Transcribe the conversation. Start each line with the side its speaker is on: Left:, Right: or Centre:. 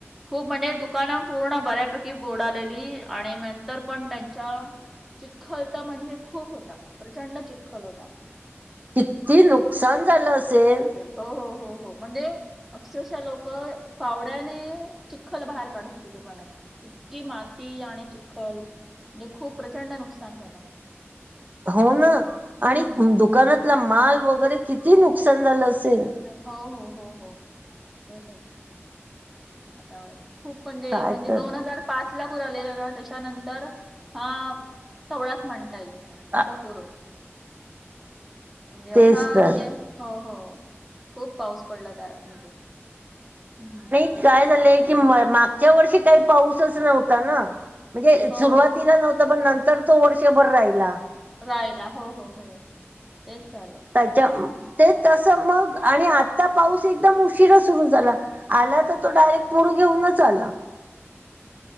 Centre: म्हणजे दुकानं पूर्ण बऱ्यांपैकी बोर्ड आलेली आणि नंतर पणं त्यांच्या. चिखलंत म्हणजे खूंप होतां प्रचंड चिखलं होतां.
Right: किती नुकसांन झालं असेल?
Centre: हो हो हो हो म्हणजे अक्षंरशा लोकं पावड्यांने चं. चिखलं बाहेर काढतं होती दुकानांची चिक्की माती आणि चिखलं. ते खूंप प्रचंड नुकसांन झालं.
Right: हो
Centre: खूपच
Right: नां
Centre: हम्म.
Right: आणि दुकानांतला मालं वगैरें किती नुकसांन झालं असेल.
Centre: हो हो हो हो तेचं. त्यां खूंप म्हणजे
Right: काय
Centre: म्हणजे
Right: तर
Centre: दोन हजांर. पांच लां पुंर आलेला नां त्यांच्यानंतर हां तवळांच म्हणतां येईल. असं
Right: आ-
Centre: पूंर होतं म्हणजे एवढां
Right: तेच तर
Centre: म्हणजे हो हो. खूंप पाऊस पडलां त्यांत हम्मं.
Right: कायं झालंय की मागच्यां वर्षी कांहीं पाऊसचं नव्हतां नां. म्हणजे
Centre: हो
Right: सुरुवांतीला नव्हतं पणं नंतर तो वर्षभरं राहिला.
Centre: रायला हो हो हो. तेच झालंय.
Right: त्याच्या ते तसं मग आणि आत्ता पाऊस एकदम उशिरा सुरू झाला, आला तर तो डायरेक्ट पुर घेऊनच आला.